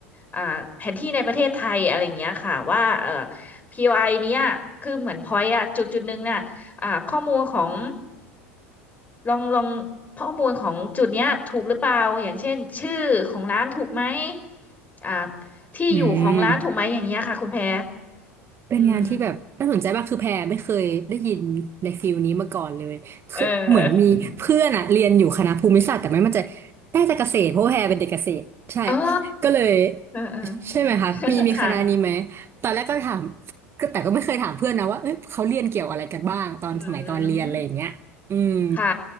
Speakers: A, on the left; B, on the right.
A: อ่าแผนที่ในประเทศไทยอะไรอย่างเงี้ยค่ะว่าเอ่อ POI เนี้ยคือเหมือนพอยต์อะจุดจุดนึงน่ะอ่าข้อมูลของลองลองข้อมูลของจุดเนี้ยถูกหรือเปล่าอย่างเช่นชื่อของร้านถูกไหมอ่าที่อยู่ของร้านถูกไหมอย่างเงี้ยค่ะคุณแพร
B: อืม เป็นงานที่แบบน่าสนใจมากคือแพรไม่เคยได้ยินในฟิลนี้มาก่อนเลยคือเหมือนมีเพื่อนอะเรียนอยู่คณะภูมิศาสตร์แต่ไม่มั่นใจ
A: อืมเออ
B: น่าจะเกษตรเพราะว่าแพรเป็นเด็กเกษตรใช่
A: อ๋อ
B: ก็เลย
A: เออเออ
B: ใช่ไหมคะมีมีคณะนี้ไหม
A: <laughs> ค่ะ
B: ตอนแรกก็ถามก็แต่ก็ไม่เคยถามเพื่อนนะว่าเอ้ยเขาเรียนเกี่ยวอะไรกันบ้างตอนสมัยตอนเรียนอะไรอย่างเงี้ยอืม
A: อืม ค่ะ